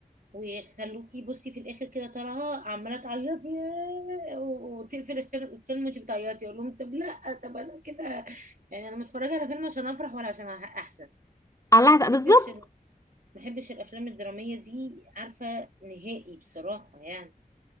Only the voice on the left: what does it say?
الله حسب
بالظبط